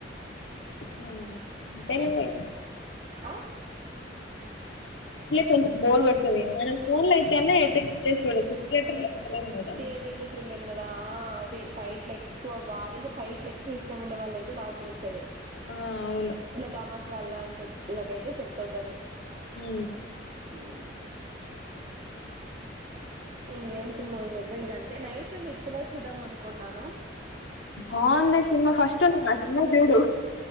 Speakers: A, on the left (about 85°); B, on the right (about 35°).
A: అ
B: ఆ
A: కొంచ బోర్ కొడతాది మనం ఫోన్ లో అయితే అన ఏట్లో గిట్ల చూడచు థియేటర్ లో చూడలేం కదా
B: థియేటర్ లో చూడలేం కదా ఆ అది ఫైట్లు ఎక్కువ వారికి ఫైట్లు ఎక్కువ ఇష్టం ఉండే వాళ్ళయితే బా చడొచ్చది
A: ఆ అవును
B: ఇ తమస్ వాళ్ళంటి క అయితే సెట్ అవుతుది
A: హ
B: అ ఇంగేం సిని అంతే నైట్ విత్ లో చూదాం అనుకోంన్నాను
A: బాగుంది సినిమా ఫస్ట్ నువ్వు ఆ సినిమా చూడు